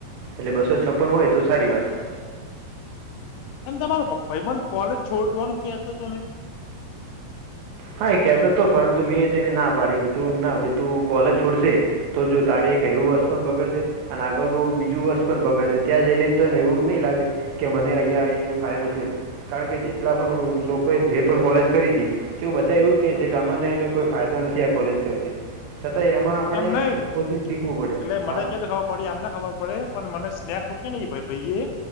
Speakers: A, on the right (about 70°); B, on the left (about 80°).
A: એટલે બસો છપન હોય તો સારી વાત છે.
B: અને તમારરો ભાઈબંધ કોલેજ છોડવાનું કેતો હતો નને
A: હા એ કેહેતો હતો પરંતુ મેં તેને ના પાડી કે તું ના ભાઈ તું કોલેજ છોડશે. તો જો તારે એક એરું વર્ષ પણ બગડશે. અને આગળનું બીજું વર્ષ પણ ભગડશેને ત્યાં જઈને તો ને એવું નહીં લાગે. કે મને અહીંયા અને ફાયદો થયો હતો કારણ કે જેટલા પણ લોકોએ જે પણ કોલેજ કરી તી કેવું બધા એવું જ કહે છે કે અમને એને કોઈ ફાયદો નથી આ કોલેજ કરીને છતાંય એમાં. આપણે
B: એમ નહી
A: પોતે શીખવું પડે
B: એટલે
A: હા
B: મને કેતો ખબર પડી આમને ખબર પડે પણ મને સ્નેપ મૂકે નહી ભાઈ પાઈ